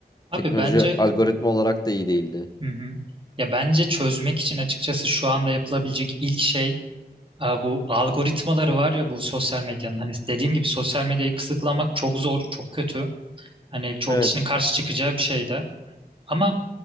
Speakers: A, on the right; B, on the left.
A: Abi
B: Teknoloji
A: bence
B: algoritma olarak da iyi değildi.
A: hı hı. Ya bence çözmek için açıkçası şu anda yapılabilecek ilk şey Aa, Bu algoritmaları var ya bu sosyal medyanın hani dediğim gibi sosyal medyayı kısıtlamak çok zor, çok kötü. Hani çoğu
B: Evet.
A: kişinin karşı çıkacağı bir şey de. Ama